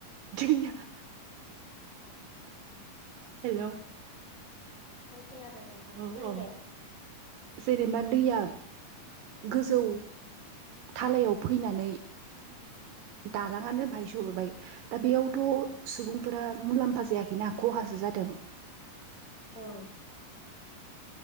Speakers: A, on the right; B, on the left.
A: दैया <inaudible> हेलौ
B: औ खोनादों नोंथां
A: औ
B: होन
A: औ
B: दे
A: जेनेबा दैया गोजौ थालायाव फैनानै <inaudible> दालाङानो बाहायस होबाय दा बेयावथ' सुबुंफोरा मुलाम्फा जायाखैना खहासो जादों। दों।
B: औ